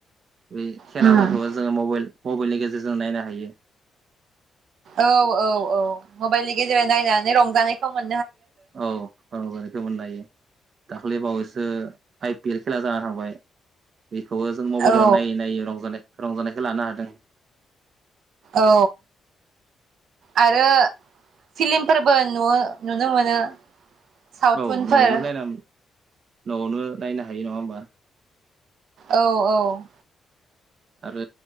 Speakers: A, on the right (about 45°); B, on the right (about 65°).
A: बे खेलाफोरखौबो
B: उम
A: जोङो मबाइल मबाइलनि गेजेरजों नायनो हायो।
B: औ औ औ मबाइलनि गेजेरजों नायनानै रंजानायखौ मोनो।
A: औ रंजानायखौ मोननो हायो। दाख्लै बावैसो आइपि एल खेला जाना थांबाय। बेखौबो जों मबाइलाव
B: औ
A: नायै नायै रंजानाय रंजानायखौ लानो हादों।
B: औ आरो फिलिमफोरबो नु-नुनो मोनो। सावथुनफोर
A: औ न'आवनो नायनानै न'आवनो नायनो हायो नङा होमबा?
B: औ औ
A: आरो